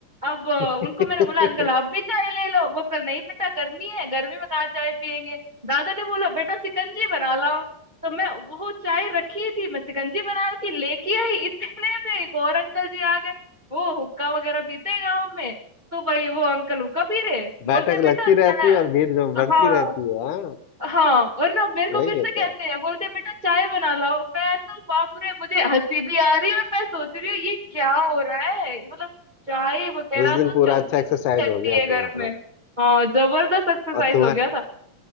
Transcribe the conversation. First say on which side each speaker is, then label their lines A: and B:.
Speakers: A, on the right (about 65°); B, on the left (about 70°).
A: अब अ,
B: <laughs>
A: उनको मैंने बोला अंकल आप भी चाय ले लो वो कल नहीं बेटा गर्मी है गर्मी में कहाँ चाय पियेंगे दादा ने बोला बेटा शिकंजी बना लाओ तो मैं वो चाय रखी थी मैं शिकंजी बना के लेके आई इतने में एक और अंकल जी आ गए वो हुक्का वगैरह पीते हैं गाँव में तो भाई वो अंकल हुक्का पी रहे
B: बैठक
A: बोलते
B: लगती
A: बेटा चाय
B: रहती है और भीड़ जो बढ़ती
A: हाँ
B: रहती है हाँ
A: हाँ और ना मेरे को
B: वही
A: फिर से
B: होता
A: कहते
B: है
A: हैं बोलते हैं, बेटा चाय बना लाओ मैं तो बाप रे मुझे हंसी भी आ रही है और मैं सोच रही हूँ ये क्या हो रहा है मतलब चाय वगैरह
B: उस
A: तो
B: दिन पूरा
A: चलती
B: अच्छा एक्सरसाइज
A: ही रहती
B: हो गया
A: है घर
B: तुम्हारा
A: में हाँ जबरदस्त एक्सरसाइज
B: और तुम्हार
A: हो गया था